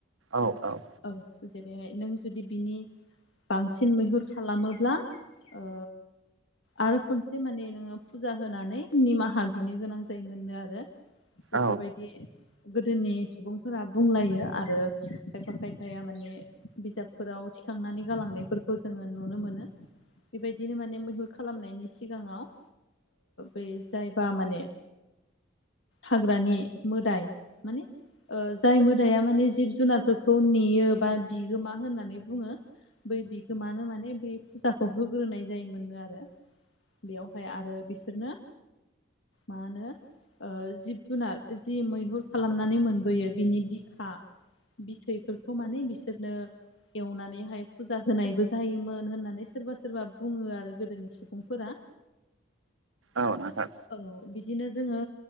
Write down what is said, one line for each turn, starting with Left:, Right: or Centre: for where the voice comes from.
Right: औ औ
Left: औ जेरैहाय नों जुदि बिनि बांसिन मैहुर खालामोब्ला ओ आरो खनसे ज माने नोङो फुजा होनानै निमाहा बिनो गोनां जायोमोननो आरो। बेफोरबायदि
Right: औ
Left: गोदोनि सुबुंफोरा बुंलायो आरो खायफा खायफाया माने बिजाबफोराव थिखांनानै गालांनायफोरखौ जोङो नुनो मोनो। बेबायदिनो माने मैहुर खालामनायनि सि गाङाव बे जायबा माने हाग्रानि मोदाय माने ओ जाय मोदाया माने जिब जुनारफोरखौ नेयो बा बिगोमा होननानै बुङो बै बिगोमानो माने बे फुजाखौ होग्रोनाय जायोमोननो आरो। बेयावहाय आरो बिसोरनो मा होनो ओ जिब जुनार जि मैहुर खालामनानै मोनबोयो बिनि बिखा बिथैफोरखौ माने बिसोरनो एवनानैहाय फुजा होनायबो जायोमोन होननानै सोरबा सोरबा बुङो आरो गोदोनि सुबुंफोरा।
Right: औ नोंथां
Left: औ बिदिनो जोङो